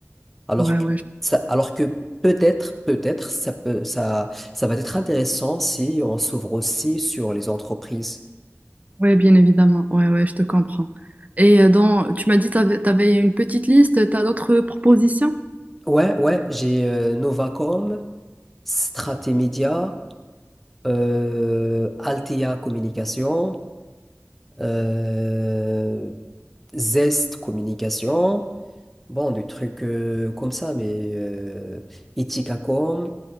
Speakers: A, in the centre; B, on the right (about 30°).
A: Alors
B: Ouais,
A: que,
B: ouais, je-
A: ça- alors que peut-être, peut-être, ça peut, ça, ça va être intéressant si on s'ouvre aussi sur les entreprises.
B: ouais, bien évidemment, ouais, ouais, je te comprends. Et euh, dans, tu m'as dit, tu avais, une petite liste, tu as d'autres propositions?
A: Ouais, ouais, j'ai euh, Novacom, Stratemedia, euh, Altea Communication, euh, Zest Communication. Bon, des trucs euh, comme ça, mais euh, Itikacom,